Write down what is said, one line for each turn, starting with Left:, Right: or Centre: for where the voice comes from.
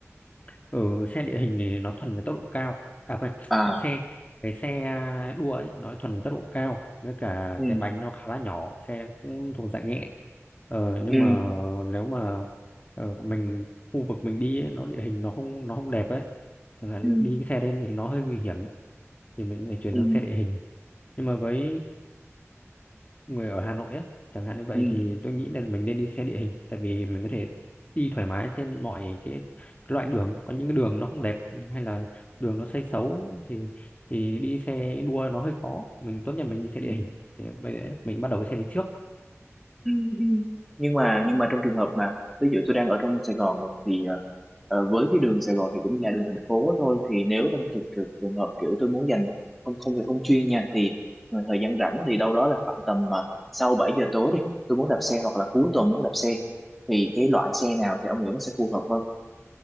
Left: Ừ, xe địa hình thì nó thuần về tốc độ cao à quên
Centre: à
Left: xe cái xe à, đua ấy nó thuần về tốc độ cao với cả
Centre: ừ
Left: cái bánh nó khá là nhỏ xe nó cũng thuộc dạng nhẹ ờ, nhưng
Centre: ừ
Left: mà nếu mà ờ, mình khu vực mình đi ấy, nó địa hình nó không nó không đẹp ấy chẳng hạn
Centre: ừ
Left: đi cái xe lên thì nó hơi nguy hiểm thì mình phải chuyển
Centre: ừ
Left: sang xe địa hình nhưng mà với người ở Hà Nội ấy, chẳng hạn như vậy
Centre: ừ
Left: thì tôi nghĩ là mình nên đi xe địa hình tại vì mình có thể đi thoải mái trên mọi cái, cái loại đường có những cái đường nó không đẹp hay là đường nó xây xấu thì thì đi xe đua nó hơi khó mình tốt nhất mình đi xe
Centre: ừ
Left: địa hình Thế bây giờ mình bắt đầu với xe đấy trước
Centre: ừ ừ. nhưng mà nhưng mà trong trường hợp mà ví dụ tôi đang ở trong Sài Gòn này thì ờ, ờ, với cái đường Sài Gòn thì cũng là đường thành phố thôi thì nếu trong thực thực trường hợp kiểu tôi muốn dành không không phải không chuyên nha thì ờ, thời gian rảnh thì đâu đó là khoảng tầm mà sau 7 giờ tối đi tôi muốn đạp xe hoặc là cuối tuần muốn đạp xe thì cái loại xe nào thì ông nghĩ nó sẽ phù hợp hơn